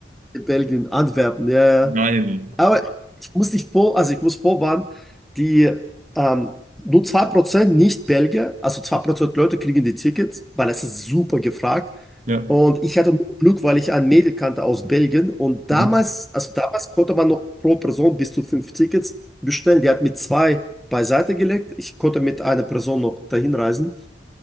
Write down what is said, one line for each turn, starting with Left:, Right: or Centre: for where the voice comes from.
Centre: in Belgien, Antwerpen, ja, ja.
Right: Nein.
Centre: Aber ich muss dich vor, also ich muss vorwarnen, die ähm, nur 2% Nicht-Belgier, also 2% Leute kriegen die Tickets, weil es ist super gefragt.
Right: Ja.
Centre: Und ich hatte nur Glück, weil ich ein Mädel kannte aus Belgien. Und
Right: Mhm.
Centre: damals, also damals konnte man noch pro Person bis zu fünf Tickets bestellen. Die hat mit zwei beiseite gelegt. Ich konnte mit einer Person noch dahin reisen.